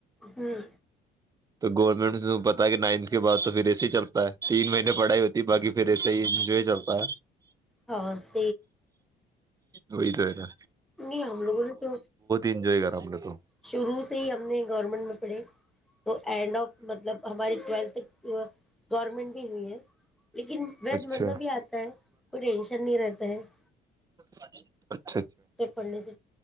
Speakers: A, in the centre; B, on the right.
A: ہوں
B: تو گورنمنٹ تیں پتاہ کہ نائنتھ کے بعد تو پھر ایسے ہی چلتا ہے تین مہینے پڑھائی ہوتی ہے باقی پھر ایسے ہی جو یہ چلتا ہے
A: پاص
B: وہئی تو ہےیرا
A: نہیں ہم لوگوں نے تو
B: انجوائے کرا ہم نے تو
A: شروع سے ہی ہم نے گورنمنٹ میں بڑری تو اینڈ آف مطلب ہماری ٹویلتھک گورنمنٹ ہوئی ہے لیکن وید
B: اچھا
A: مزہ بھی آتا ہے کوئی ٹینشن نہیں رہتی پ
B: <unintelligible>
A: پڑنے س